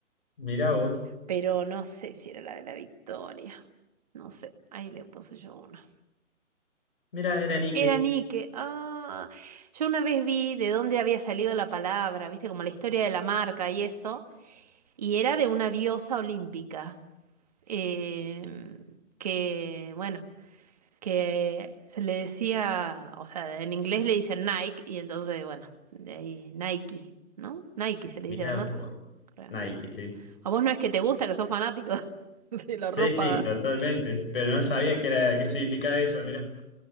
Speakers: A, on the left; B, on the right.
A: Mirá vos.
B: Pero no sé si era la de la Victoria. No sé, ahí le puse yo una.
A: Mirá, era Nike.
B: Era Nike. Ah, yo una vez vi de dónde había salido la palabra, viste, como la historia de la marca y eso. Y era de una diosa olímpica. eh, que, bueno, que se le decía, o sea, en inglés le dicen Nike, y entonces, bueno, de ahí Nike, ¿no? Nike se le
A: Mirá
B: dice a la marca.
A: vos.
B: creo.
A: Nike, sí.
B: A vos no es que te gusta, que sos fanático <laughs> de la ropa.
A: Sí, sí, totalmente.
B: <laughs>
A: Pero no sabía qué era, qué significaba eso, mirá.